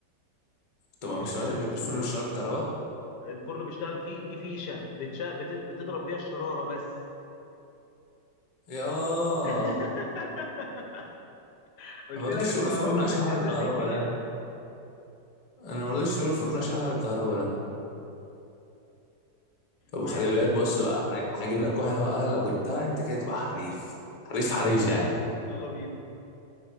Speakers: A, on the left; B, on the left.
A: طبعا
B: مش
A: مش عارف الفرن مش شغال بالكهرباء
B: الفرن بيشتغل فيه ليه فيشه بتشا... بت... بتضرب بيها الشراره بس
A: يا
B: <laughs> قلت
A: انا ما رضيتش
B: لك الكهرباء
A: اقول فرن عشان
B: مش
A: حوار
B: اساسي
A: الكهرباء
B: فيها
A: ده انا ما رضيتش اقول فرن عشان حوار الكهرباء ده طب
B: ماشي
A: خلي بالك بص بقى انا هجيب لك واحده بقى لو جبتها انت كده تبقى حريف حريف حريف يعني
B: يلا بينا